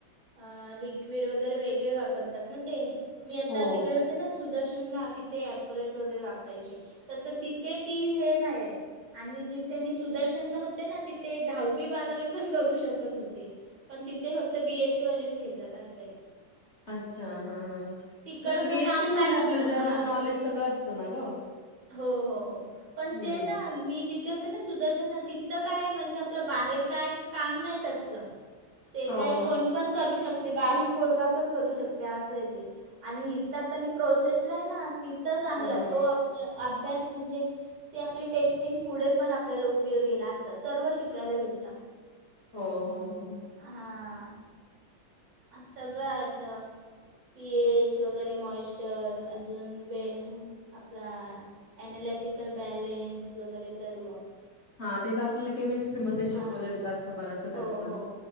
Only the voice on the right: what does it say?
अ लिक्विड वगैरे वेगळे वापरतात ना ते, मी आता
तिकडे होते ना सुदर्शनला तिथे ऍपकोलेट वगैरे वापरायचे. तसं तिथे ती हे नाय हाय आणि जिथे मी सुदर्शनला होते ना, तिथे दहावी बारावी पण करू शकत होते. पण तिथे फक्त बी एस सी वालेच घेतात असं आय.
तिकडचं
काम
काय नव्हतं
हां
हो हो हो, पण
ते ना, मी जिथे होते ना सुदर्शनला तिथं तिथ काय म्हणजे आपलं बाहेर काय काम नाय तसलं. ते
काय
कोण पण करू शकते. बारीक पोरगा पण करू शकते. असंय ते आणि हीत आत आता मी प्रोसेसला हाय ना, तिथं चांगला
तो आप आपल अभ्यास म्हणजे ति आपली टेस्टिंग पुढे पण आपल्याला उपयोगी येत असं सर्व शिकायला भेटत.
हां सगळ आय असं पी एच वगैरे मॉइचर अजून वे आपला ॲनालॅटिकल बॅलेन्स वगैरे सर्व
हां
हो हो